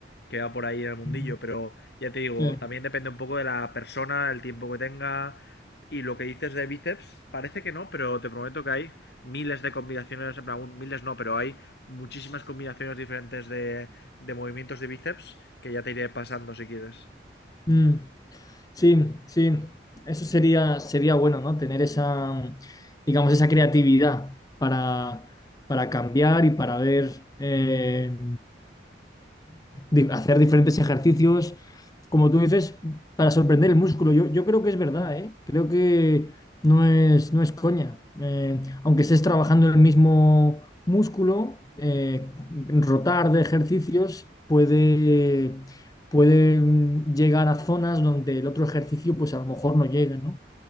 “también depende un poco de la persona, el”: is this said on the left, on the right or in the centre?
Left